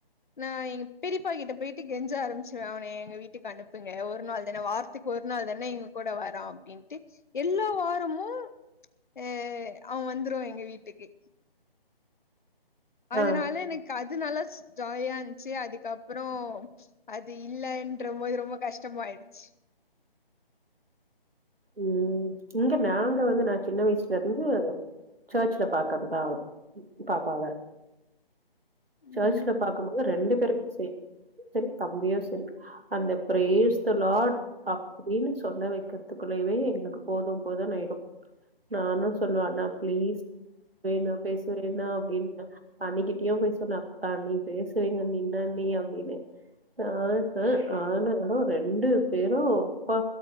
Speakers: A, on the left; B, on the right.
A: நா எங் பெரிபா கிட்ட போயிடு கெஞ்ச ஆரம்பிச்சுவ அவன எங்க வீட்டுகு அனுபுங்க ஒரு நாள் தான வாரத்துக்கு ஒரு நாள் தான எங்க கூட வரா அப்டின்டு எல்லா வாரமு அஹ் அவ வந்துருவா எங்க வீட்டுக்கு அதனால
B: ஆ
A: எனக்கு அது இது நல்லாஸ் ஜாயா இந்துச்சு அதுக்கப்றொ அது இல்லன்றபோது ரொம்ப கஷ்டமாயிடுச்சு
B: உம் இங்க நாங்க வந்து நா சின்ன வயஸ்ல இருந்து சேர்ச்ல பாக்றதுதா அவ பாப்பாவ சேர்ச்ல
A: ம்
B: பாக்குபோது ரெண்டு பேரு சே செரி தம்பியு செரி அந்த ப்ரேஸ்தலார்ட் அப்டினு சொல்ல வைக்ரத்துக்குள்ளேவே எங்ளுகு போது போது ஆயிடு நானு சொல்லுவ அண்ணா பிளீஸ் வேணா பேசுரேணா அப்டின்ன அண்ணிகிட்டயு பேஸ் சுனாப் ஆணி பேசுவிங்க அண்ணி என்னா நீ அப்டினே ஹா ஹ ஆனாலு ரெண்டு பேரு ப்பா